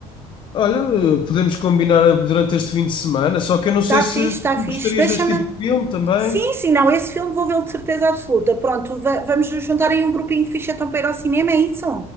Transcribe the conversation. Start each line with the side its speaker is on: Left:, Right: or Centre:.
Left: Olha, podemos combinar durante este fim de semana, só que eu não sei
Right: Está
Left: se
Right: fixe, está
Left: tu
Right: fixe.
Left: gostarias
Right: Deixa-me.
Left: deste tipo de filme também.
Right: Sim, sim, não, esse filme vou vê-lo de certeza absoluta. Pronto, va- vamos nos juntar aí um grupinho fixe então para ir ao cinema, é isso?